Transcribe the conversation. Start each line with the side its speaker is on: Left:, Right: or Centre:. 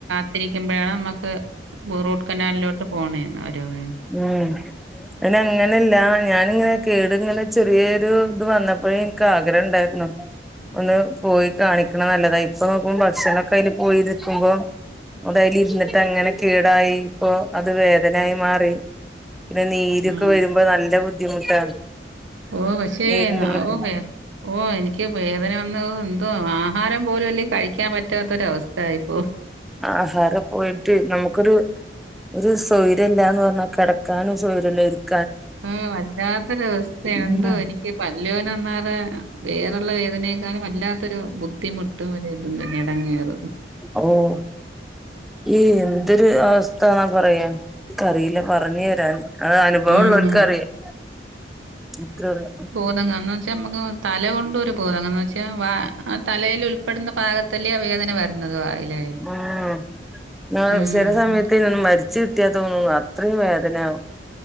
Right: ത്തിരിക്കുമ്പഴാണ് നമ്മക്ക് റൂട്ട് കനാലിലോട്ട് പോണേന്ന് അവര് പറയ്ന്ന്
Centre: ഉം അയിന് അങ്ങനല്ല ഞാനിങ്ങനെ കേട്ങ്ങനെ ചെറിയൊരു ഇത് വന്നപ്പോഴേ ഇൻക്ക് ആഗ്രഹം ഇണ്ടായിരുന്നു ഒന്ന് പോയി കാണിക്കണത് നല്ലതാ ഇപ്പൊ നോക്കുമ്പം ഭക്ഷണൊക്കെ അയില് പോയി നിക്കുമ്പോ അത് അയിലിരുന്നിട്ട് അങ്ങനെ കേടായി ഇപ്പൊ അത് വേദനായി മാറി പിന്നെ നീരൊക്കെ
Right: ഉം.
Centre: വരുമ്പോ നല്ല ബുദ്ധിമുട്ടാണ്
Right: ഓഹ് പക്ഷേ
Centre: നീരിന്റെ
Right: എന്നാവോ
Centre: പ്രശ്നം
Right: ഓഹ് വേദന ഓഹ് എനിക്ക് വേദനവന്ന് എന്തോ ആഹാരം പോലും അല്ലേ കഴിക്കാൻ പറ്റാത്ത ഒരു അവസ്ഥയായിപ്പോ
Centre: ആഹാരം പോയിട്ട് നമുക്കൊരു ഒരു സൊയിര്യം ഇല്ലാന്ന് പറഞ്ഞാ കിടക്കാനും സൊയ്ര്യല്ല ഇരിക്ക
Right: ആഹ് വല്ലാത്തൊരു അവസ്ഥയാണ്
Centre: ഉം
Right: എന്തോ എനിക്ക് പല്ല് വേദന ഒന്നാമതെ വേറള്ള വേദനയെക്കാളും വല്ലാത്തൊരു ബുദ്ധിമു ട്ടും ഒരേ ഇതും തന്നെ എടങ്ങേറ്
Centre: ഓഹ് ഈ എന്ത് അവസ്ഥാന്നാ പറയാ ഇൻക്ക് അറീല്ല പറഞ്ഞു തരാൻ അഹ് അനുഭവം
Right: ഉം.
Centre: ഇള്ളോൽക്ക് അറിയും അത്രൊള്ളു
Right: ങ്ങാന്ന് വെച്ചാ നമ്മക്ക് തലകൊണ്ടാരു <unintelligible> എന്നങ്ങ് വെച്ചാൽ ആ തലയില് ഉൾപ്പെടുന്ന ഭാഗ ത്തല്ലിയോ ആ വേദന വരുന്നത് വായിലേ
Centre: ആഹ്
Right: ഉം.
Centre: ചെല സമയത്ത് ഇതൊന്ന് മരിച്ച് കി ട്ടിയ തോന്നുംന്ന് അത്രയും വേദനയാവും